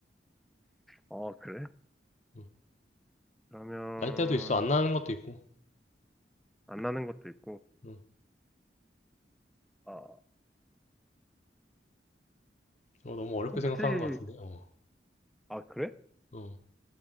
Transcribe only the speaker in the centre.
어, 그래?
그러면,
안 나는 것도 있고.
아,
혹시,
아, 그래?